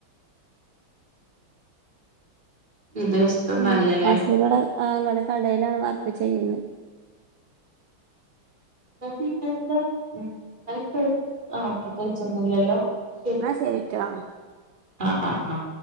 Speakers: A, on the right (about 20°); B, on the right (about 65°).
A: വിദേശത്തൊന്നല്ലല്ലേ
B: ഉം ഹസ്ബൻഡ് ഇവിടെ ആ ങ്ങടെ കടയിലാണ് വർ ക്ക് ചെയ്യുന്നെ
A: എന്നാ പിന്നെന്താ അ <unintelligible> ആഹ് പ്രത്യേകിച്ചൊന്നുംല്ലല്ലോ ശരി
B: എന്നാ ശരിട്ടോ
A: ആ ആ